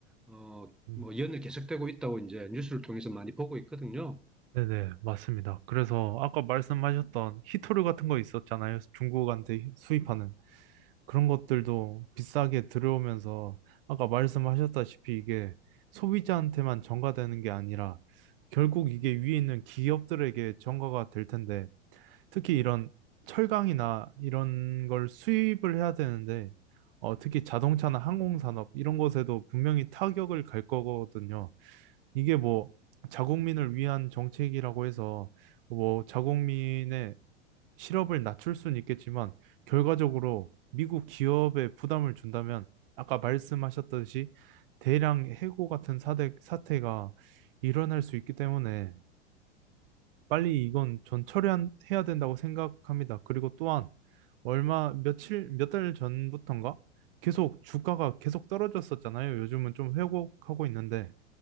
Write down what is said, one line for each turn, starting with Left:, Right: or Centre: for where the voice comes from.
Centre: 어,
Right: 음,
Centre: 뭐 연을 계속되고 있다고 이제 뉴스를 통해서 많이 보고 있거든요.
Right: 네네, 맞습니다. 그래서 아까 말씀하셨던 히토류 같은 거 있었잖아요. 중국한테 수입하는. 그런 것들도 비싸게 들어오면서 아까 말씀하셨다시피 이게 소비자한테만 전가되는 게 아니라 결국 이게 위에 있는 기업들에게 전가가 될 텐데 특히 이런 철강이나 이런 걸 수입을 해야 되는데 어, 특히 자동차나 항공산업 이런 것에도 분명히 타격을 갈 거거든요. 이게 뭐 자국민을 위한 정책이라고 해서 뭐 자국민의 실업을 낮출 수는 있겠지만 결과적으로 미국 기업에 부담을 준다면 아까 말씀하셨듯이 대량 해고 같은 사대, 사태가 일어날 수 있기 때문에 빨리 이건 전 처리해야 된다고 생각합니다. 그리고 또한 얼마 며칠 몇 달 전부턴가 계속 주가가 계속 떨어졌었잖아요. 요즘은 좀 회복하고 있는데